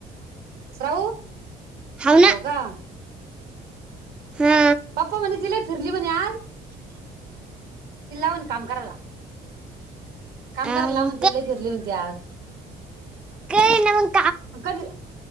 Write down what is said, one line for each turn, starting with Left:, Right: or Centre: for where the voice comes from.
Right: श्रावू,
Centre: हो ना
Right: हव का?
Centre: हा
Right: पप्पा म्हणे ती लई फिरली म्हणे आज, ती लावन काम करायला. काम
Centre: अ
Right: करायला लाव म्हणते, लई फिरली म्हणते आज.
Centre: कै नव.
Right: कधी,